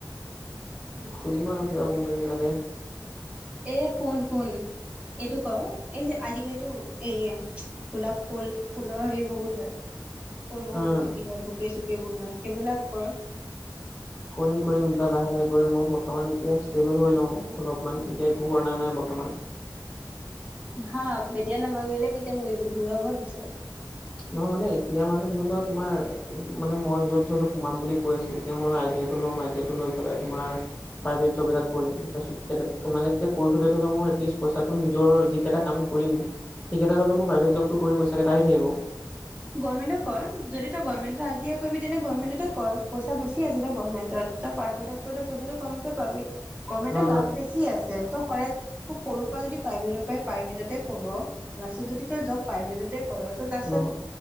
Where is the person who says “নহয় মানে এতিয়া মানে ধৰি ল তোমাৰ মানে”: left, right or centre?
Left